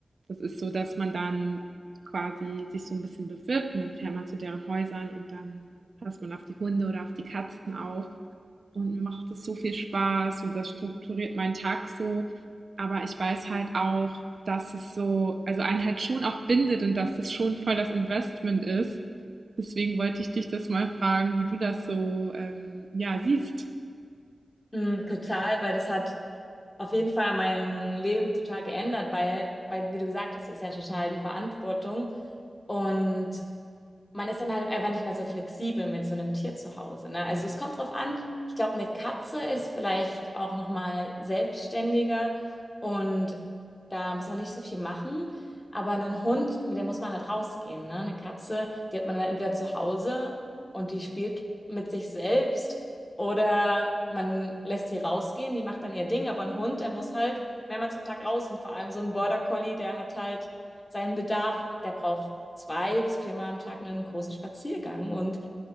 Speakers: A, on the right; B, on the left.
A: Das ist so, dass man dann quasi sich so ein bisschen bewirbt und dann fährt man zu deren Häusern und dann passt man auf die Hunde oder auf die Katzen auf. Und mir macht es so viel Spaß und das strukturiert meinen Tag so. Aber ich weiß halt auch, dass es so, also einen halt schon auch bindet und dass es schon voll das Investment ist Deswegen wollte ich dich das mal fragen, wie du das so ähm, ja, siehst.
B: Mm, total, weil das hat auf jeden Fall mein Leben total geändert, weil, weil, wie du gesagt hast, ist ja total die Verantwortung. Und man ist dann halt einfach nicht mehr so flexibel mit so einem Tier zu Hause, ne? Also es kommt drauf an. Ich glaube, eine Katze ist vielleicht auch noch mal selbstständiger und da muss man nicht so viel machen. Aber einen Hund, mit dem muss man halt rausgehen, ne? Eine Katze, die hat man dann entweder zu Hause und die spielt mit sich selbst oder man lässt sie rausgehen, die macht dann ihr Ding. Aber ein Hund, der muss halt mehrmals am Tag raus und vor allem so ein Border Collie, der hat halt seinen Bedarf, der braucht zwei bis viermal am Tag einen großen Spaziergang. Und